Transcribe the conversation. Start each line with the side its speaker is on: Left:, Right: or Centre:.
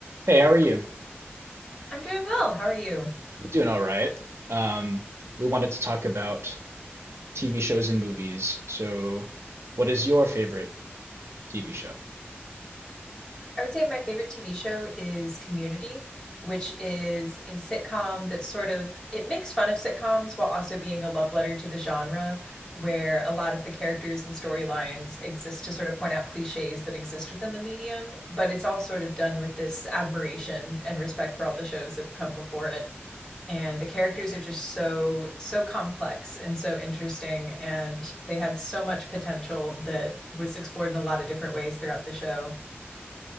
Right: Hey, how are you?
Left: I'm doing well. How are you?
Right: I'm doing all right. Um, we wanted to talk about TV shows and movies. So, what is your favorite TV show?
Left: I would say my favorite TV show is Community, which is a sitcom that sort of it makes fun of sitcoms while also being a love letter to the genre, where a lot of the characters and storylines exist to sort of point out cliches that exist within the medium, but it's all sort of done with this admiration and respect for all the shows that have come before it. and the characters are just so so complex and so interesting and they had so much potential that was explored in a lot of different ways throughout the show.